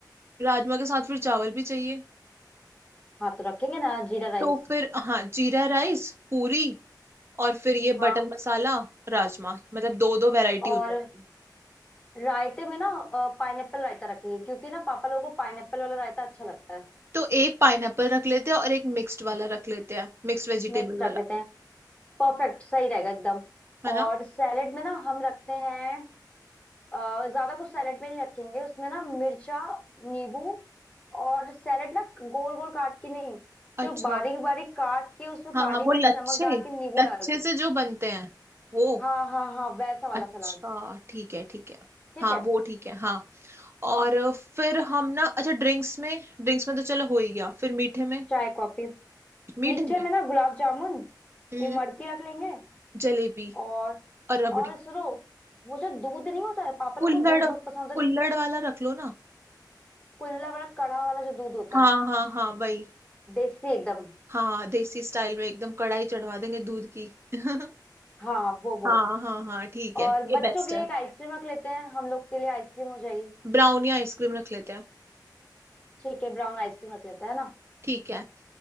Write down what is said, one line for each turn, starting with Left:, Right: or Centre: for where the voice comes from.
Right: राजमा के साथ फिर चावल भी चाहिए
Left: हाँ तो रखेंगे ना जीरा राइस
Right: तो फिर हाँ जीरा राइस पूरी और फिर ये
Left: हाँ
Right: बटर मसाला राजमा मतलब दो दो वैरायटी
Left: और
Right: हो जाएगी
Left: रायते में ना पाइनएप्पल रायता रखिए क्योंकि ना पापा लोगों को पाइनएप्पल वाला रायता अच्छा लगता है
Right: तो एक पाइनएप्पल रख लेते हैं और एक मिक्स्ड वाला रख लेते हैं मिक्स्ड वेजिटेबल
Left: मिक्स
Right: वाला
Left: रख लेते हैं परफेक्ट सही रहेगा एकदम
Right: है
Left: और
Right: ना
Left: सैलेड में ना हम रखते हैं अ, ज्यादा कुछ सैलेड में नहीं रखेंगे उसमें ना मिर्चा नींबू और सैलेड ना गोल गोल काट के नहीं जो
Right: अच्छा
Left: बारीक बारीक काट के उसमें
Right: हाँ
Left: काली
Right: हाँ वो
Left: मिर्च
Right: लच्छे
Left: नमक डाल के नींबू
Right: लच्छे
Left: डाल के
Right: से जो बनते हैं वो
Left: हाँ हाँ हाँ वैसा वाला
Right: अच्छा
Left: सलाद
Right: ठीक है ठीक है
Left: ठीक
Right: हाँ
Left: है
Right: वो ठीक है हाँ और फिर हम ना अच्छा ड्रिंक्स में ड्रिंक्स में तो चलो हो ही गया फिर मीठे में
Left: चाय कॉफी
Right: मीठे
Left: मीठे
Right: में
Left: में ना गुलाब जामुन
Right: हम्म
Left: इमरती रख लेंगे
Right: जलेबी
Left: और
Right: और रबड़ी
Left: और सुनो वो जो दूध नहीं होता है पापा
Right: कुल्हड़
Left: लोग को दूध बहुत पसंद होता
Right: कुल्हड़
Left: है जो
Right: वाला रख लो ना
Left: कुल्ला वाला कड़ा वाला जो दूध होता
Right: हाँ
Left: है
Right: हाँ हाँ वही
Left: देसी एकदम
Right: हाँ देसी स्टाइल में एकदम कढ़ाई चढ़वा देंगे दूध की <laughs>
Left: हाँ वो वो
Right: हाँ हाँ हाँ ठीक
Left: और
Right: है ये
Left: बच्चों
Right: बेस्ट
Left: के लिए
Right: है
Left: एक आइसक्रीम रख लेते हैं हम लोग के लिए आइसक्रीम हो जाएगी
Right: ब्राउनी आइसक्रीम रख लेते हैं
Left: ठीक है ब्राउन आइसक्रीम रख लेते हैं ना
Right: ठीक है